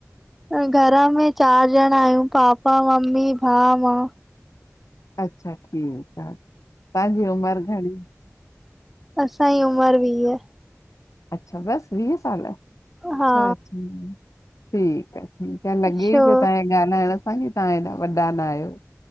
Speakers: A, in the centre; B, on the left.
A: अ घर में चार ॼणा आहियूं पापा मम्मी भाउ मां
B: अच्छा ठीक आ तव्हांजी उमर घणी
A: असांई उमर वीअ
B: अच्छा बस वीह साल अच्छा
A: हा
B: अच्छा ठीक आ त लॻे
A: छो
B: ई पयो तव्हे ॻाल्हाइण सां की तव्हां हेॾा वॾा ना आहियो